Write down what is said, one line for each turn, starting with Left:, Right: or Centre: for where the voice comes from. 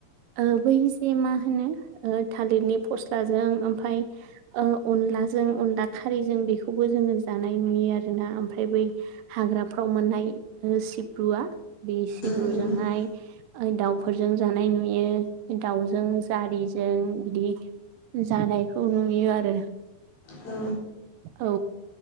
Right: ओ बै जे मा होनो थालिरनि फस्लाजों ओमफ्राय अन ला जों अनला खारैजों बेखौबो जोङो जानाय नुयो आरोना ओमफ्राय बै हाग्राफ्राव मोननाय ओ सिब्रुआ बे सिब्रुजोंहाय
Left: उम उम औ नारजिखौ
Right: ओ दाउफोरजों जानाय नुयो दाउजों जारिजों बिदि जानायखौ नुयो आरो
Left: औ
Right: औ।